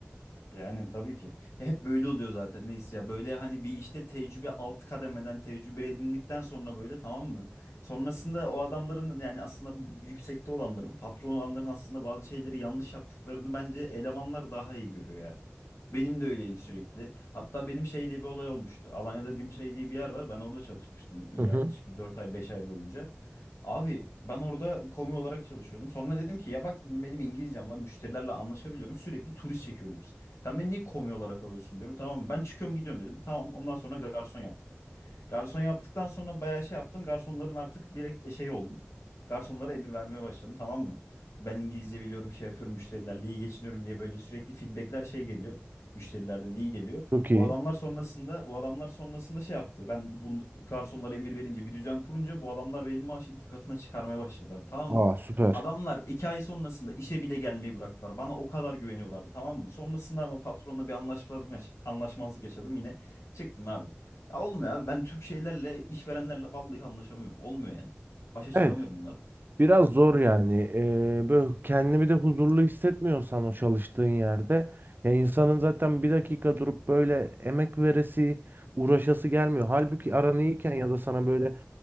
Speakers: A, on the left (about 80°); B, on the right (about 45°).
A: Yani tabii ki. Ya hep böyle oluyor zaten neyse ya. Böyle hani bir işte tecrübe alt kademeden tecrübe edindikten sonra böyle tamam mı? Sonrasında o adamların yani aslında yüksekte olanların, patron olanların aslında bazı şeyleri yanlış yaptıklarını bence elemanlar daha iyi görüyor ya. Benim de öyleydi sürekli. Hatta benim şey diye bir olay olmuştu. Alanya'da Dimşay diye bir yer var. Ben orada çalışmıştım
B: Hı
A: yaklaşık
B: hı.
A: bir 4 ay 5 ay boyunca. Abi ben orada komi olarak çalışıyordum. Sonra dedim ki ya bak dedim benim İngilizcem var. Müşterilerle anlaşabiliyorum. Sürekli turist çekiyoruz biz. Sen beni niye komi olarak alıyorsun diyorum. Tamam ben çıkıyorum gidiyorum dedim. Tamam ondan sonra garson yaptı beni. Garson yaptıktan sonra bayağı şey yaptım. Garsonların artık direkt e, şey oldum. Garsonlara emir vermeye başladım tamam mı? Ben İngilizce biliyorum şey yapıyorum müşterilerle iyi geçiniyorum diye böyle sürekli feedbackler şey geliyor. Müşterilerden iyi geliyor.
B: Çok iyi.
A: Bu adamlar sonrasında bu adamlar sonrasında şey yaptı. Ben bu garsonlara emir verince bir düzen kurunca bu adamlar benim maaşı iki katına çıkarmaya başladı abi tamam
B: Aa
A: mı?
B: süper.
A: Adamlar iki ay sonrasında işe bile gelmeyi bıraktılar. Bana o kadar güveniyorlardı tamam mı? Sonrasında ama patronla bir anlaşmazlık, anlaşmazlık yaşadım yine çıktım abi. Ya olmuyor abi ben Türk şeylerle işverenlerle vallahi anlaşamıyorum. Olmuyor yani. Başa çıkamıyorum
B: Evet
A: bunların.
B: biraz zor yani. Ee, böyle kendini bir de huzurlu hissetmiyorsan o çalıştığın yerde ya insanın zaten bir dakika durup böyle emek veresi, uğraşası gelmiyor. Halbuki aran iyiyken ya da sana böyle